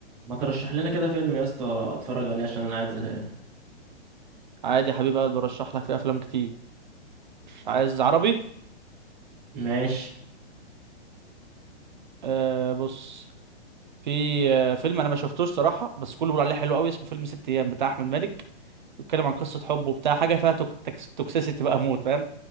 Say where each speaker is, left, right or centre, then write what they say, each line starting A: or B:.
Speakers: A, in the centre; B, on the right (about 45°).
A: ما ترشح لنا كده فيلم يا اسطى اتفرج عليه عشان انا قاعد زهقان
B: عادي يا حبيبي اقدر برشح لك في افلام كتير عايز عربي
A: ماشي
B: آه بص في آه فيلم انا ما شفتوش صراحه بس كله بيقول عليه حلو قوي اسمه فيلم ست ايام بتاع احمد مالك بيتكلم عن قصه حب وبتاع حاجه فيها توك... تكس... توكسيسيتي بقى موت فاهم